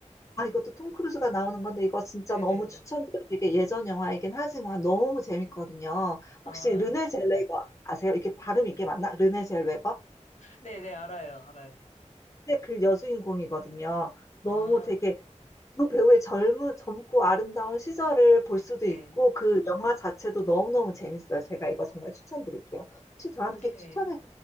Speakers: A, on the left; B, on the left.
A: 아, 이것도 톰 크루즈가 나오는 건데 이거 진짜
B: 네네.
A: 너무 추천드려요. 되게 예전 영화이긴 하지만 너무 재밌거든요.
B: 아,
A: 혹시 르네 젤웨거 아세요? 이게 발음 이게 맞나? 르네 젤웨거?
B: 네네, 알아요, 알아요.
A: 근데 그 여주인공이거든요. 너무
B: 아,
A: 되게 두 배우의 젊은, 젊고 아름다운 시절을 볼 수도
B: 네.
A: 있고, 그 영화 자체도 너무너무 재밌어요. 제가 이거 정말 추천드릴게요. 혹시 저한테
B: 그게,
A: 추천해